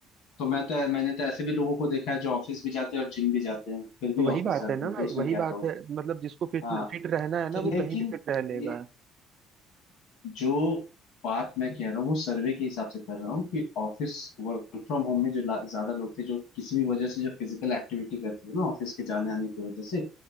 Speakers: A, on the left; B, on the right.
A: तो मैं तो मैंने तो ऐसे भी लोगों को देखा है जो ऑफिस भी जाते हैं और जिम भी जाते हैं फिर भी
B: तो वही
A: ऑफिस
B: बात
A: जाते
B: है ना
A: हैं
B: भाई
A: तो उसमें
B: वही
A: क्या
B: बात
A: कहोगे
B: है मतलब जिसको फिट
A: हाँ
B: फिट रहना है ना
A: तो लेकिन
B: वो कहीं भी फिट रह लेगा
A: ये जो बात मैं कह रहा हूँ वो सर्वे के हिसाब से कर रहा हूँ कि ऑफिस वर्क फ्रॉम होम में जो ला- ज्यादा लोग थे जो किसी भी वजह से जो फिजिकल एक्टिविटी करते थे ना ऑफिस के जाने आने की वजह से